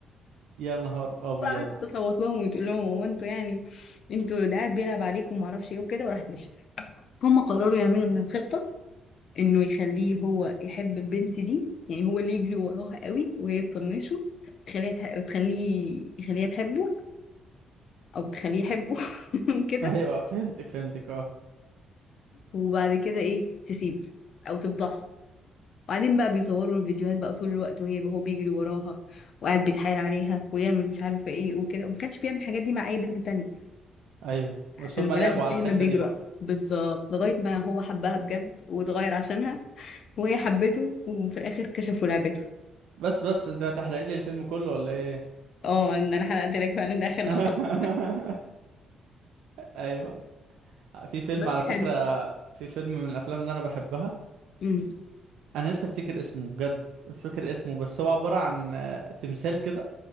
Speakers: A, on the right; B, on the left.
A: يا نهار
B: <laughs>
A: ابيض
B: وقعدت تصوت لهم وتقول لهم هو انتوا يعني انتوا ده قاعد بيلعب عليكم ومعرفش ايه وكده وراحت مشيت هم قرروا يعملوا من خطه انه يخليه هو يحب البنت دي يعني هو اللي يجري وراها قوي وهي تطنشه تخليها تح- تخليه يخليها تحبه او تخليه يحبه <laughs> كده
A: ايوه فهمتك فهمتك اه
B: وبعد كده ايه تسيبه او تفضحه وبعدين بقى بيصوروا الفيديوهات بقى طول الوقت وهي هو بيجري وراها وقاعد بيتحايل عليها ويعمل مش عارفه ايه وكده وما كانش بيعمل الحاجات دي مع اي بنت تانية
A: ايوه بس
B: عشان
A: هم
B: البنات
A: لعبوا
B: دايما
A: على الحته
B: بيجروا
A: دي بقى
B: بالظبط لغايه ما هو حبها بجد واتغير عشانها وهي حبته وفي الاخر كشفوا لعبته
A: بس بس انت هتحرق لي الفيلم كله ولا ايه
B: اه ان انا حرقت لك فعلا ده اخر لقطه
A: <laughs>
B: خالص
A: ايوه في فيلم
B: بس
A: على فكرة
B: حلو
A: في فيلم من الافلام اللي انا بحبها
B: امم
A: انا نفسي افتكر اسمه بجد مش فاكر اسمه بس هو عبارة عن آه، تمثال كده